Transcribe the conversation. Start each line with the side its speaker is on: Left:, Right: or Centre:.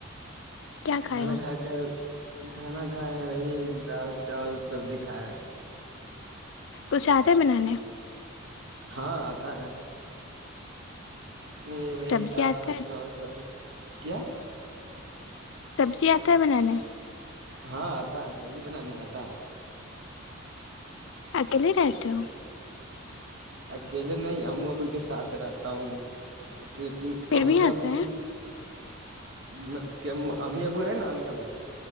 Left: کیا کھائے
Right: خانا
Left: ہو
Right: خاکے کھانا کھائے وہی دال چاول سبزی کھائے ہیں
Left: کچھ آتے بنانے
Right: ہاں آتا ہیں نہیں بھائی
Left: سبزی
Right: دال
Left: آتا
Right: وال
Left: ہے
Right: چاول سب کیا
Left: سبزی آتا ہے بنانے
Right: ہاں آتا ہیں سبزی بنانی آتا ہیں
Left: اکیلے رہتے ہو
Right: اکیلے میں امو ابو کے ساتھ رہتا ہوں لیکیں
Left: پھر
Right: امی
Left: بھی آتا
Right: ابو
Left: ہے
Right: مط ام امی ابو ہیں نا امی ابو